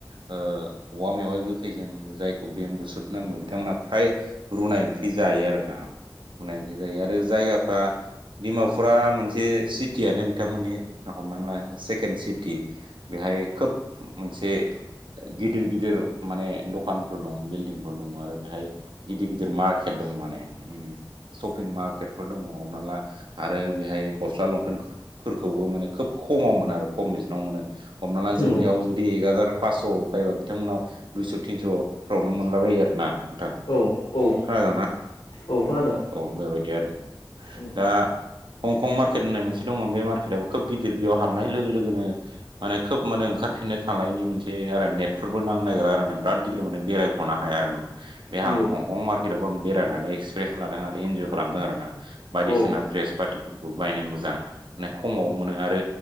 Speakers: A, on the right; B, on the left.
A: औवा मेवाय। गोखैजों जायखौ बेम्बुसुद नो बिथांमोनहा फ्राय रुनाय ओंख्रि जायो आरो ना। बुंनाय ओंख्रि जायो आरो जायगाफ्रा डिमापुरा मोनसे सिटियनो बिथांमोननि। हमनाला सेकेणड सिटि बेहाय खोब मोनसे गिदिर गिदिर माने दखानफोर दं बिल्डिं। दं आरो बेहाय गिदिर गिदिर मार्केट दं माने शपिं मार्केटफोर दङ हमना ला आरो बेहाय गस्ला लंपेन्टफोरखौबो माने खोब खम खमाव मोनो आरो खम बेसेनाव मोनो हमना ला
B: नंगौ
A: जोंनियाव जुदि एक हाजार पासस' बायबा बिथांमोनाव दुइस' थिनस'फ्रावनो मोन मोनलाबायो आरोना नोंथां
B: औ औ
A: खोनादोंना?
B: औ खोनादों
A: औ बेबायदि आरो
B: उम
A: दा हंकं मार्केट होननाय मोनसे दङ बे मारकेटबो खोब गिदिर बेयाव हाबनाय लोगो लोगोनो माने खोब माने ओंखारफिननो थनि मोनसे आरो नेट बेफोरबो नां नागिरा आरो ना बिराद गिदिर मान बेरायखौ हाया आरो बे आं
B: नंगौ
A: हंकं मार्केटआवबो आं बेरायनानै एक्सपिरियेन्स लादों आरो इनजय खालामदों आरोना बायदिसिना
B: औ
A: देरेस पाटि फोरखौ बायनो मोजां माने खमावनो मोनो आरो